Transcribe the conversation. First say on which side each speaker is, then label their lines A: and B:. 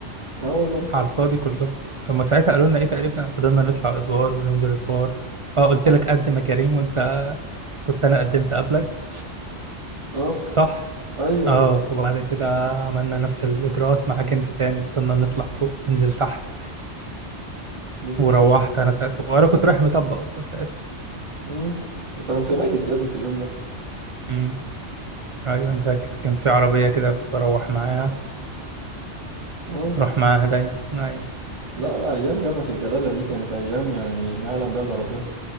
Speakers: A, on the right; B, on the right.
A: اه والله
B: على الفاضي كله هما ساعتها قالوا لنا ايه تقريبا فضلنا نطلع ادوار وننزل ادوار اه قلت
A: اه
B: لك قدم يا كريم وانت كنت انا قدمت قبلك
A: آه،
B: صح
A: أيوه
B: اه
A: أيوه
B: وبعد كده عملنا نفس الاجراءات معاك انت تاني فضلنا نطلع فوق وننزل تحت
A: بالظبط
B: وروحت انا ساعتها وانا كنت رايح مطبق اصلا ساعتها
A: مم. أنت كنت ميت يا ابني في اليوم ده
B: امم ايوه انا فاكر كان في عربيه كده بروح معاها
A: اه
B: بروح معاها دايما ايوه
A: لا لا أيام جامعة الجلالة دي كانت أيام يعني ما يعلم بها إلا ربنا